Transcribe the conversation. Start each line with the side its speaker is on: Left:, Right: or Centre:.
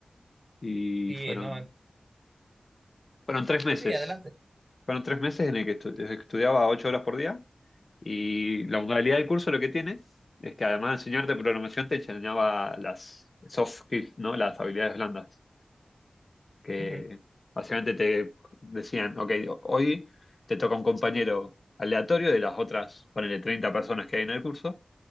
Left: Y
Right: sí,
Left: fueron,
Right: no,
Left: fueron tres meses
Right: sí, sí, adelante.
Left: Fueron tres meses en el que estu- estudiaba ocho horas por día y la modalidad del curso lo que tiene es que además de enseñarte programación te enseñaba las soft skills, ¿no? Las habilidades blandas, que
Right: Ujú,
Left: básicamente te decían, ok, hoy te toca un compañero aleatorio de las otras, ponele 30 personas que hay en el curso